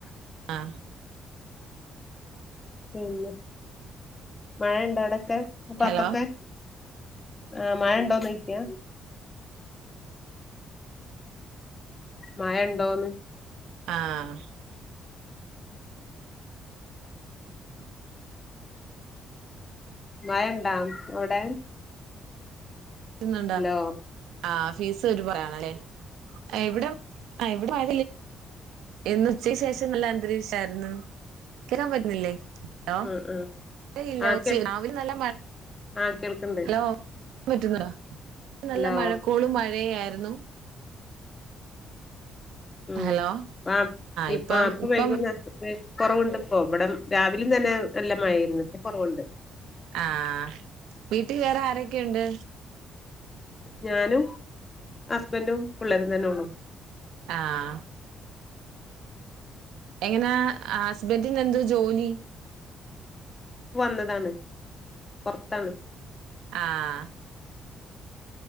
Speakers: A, on the right; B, on the left.
A: ആഹ്
B: പിന്നെ മഴണ്ടവ്ടൊക്കെ ആപ്പാത്തൊക്കെ?
A: ഹലോ
B: ആഹ് മഴ ഉണ്ടോന്നോയിക്കാ? മയണ്ടോന്ന്.
A: ആഹ്
B: മയണ്ട അവ്ടെ?
A: ന്ന്ണ്ടാ
B: ഹലോ
A: ആഹ് ഫീസ് ഒരുപയാണ്ല്ലേ ഇവിടെ ഇവിടെ മ ഇന്ന് ഉച്ചക്ക് ശേഷം നല്ല അന്തരീക്ഷായിരുന്നു കേക്കാൻ പറ്റുന്നില്ലേ ഹലോ
B: ഉം ഉം
A: ഏയ് ഇല്ല
B: ആ
A: ഉച്ചെ
B: കേൾ
A: രാവിലെ നല്ല മഴ
B: ആ കേൾക്കണ്ട്
A: ഹലോ പറ്റുന്ന ടാ ന്ന് നല്ല
B: ഹലോ
A: മഴക്കോളും മഴയായിരുന്നു
B: ഉം
A: ഹലോ
B: ആഹ് ഇപ്പക്ക്
A: ഇപ്പം ഇപ്പം
B: വൈകുന്നര്ച്ചിട്ട് കുറവുണ്ട്പ്പൊ ഇവിടെ രാവിലിം തന്നെ നല്ല മഴയായിരുന്നു ഇപ്പ കുറവ്ണ്ട്
A: ആഹ് വീട്ടി വേറെ ആരൊക്കെണ്ട്
B: ഞാനും ഹസ്ബൻറും പിള്ളേരും തന്നെള്ളു
A: ആഹ് എങ്ങനെ ഹസ്ബൻ്റിന് എന്ത ജോലി
B: പ്പോ വന്നതാണ് പൊറത്താണ്
A: ആഹ്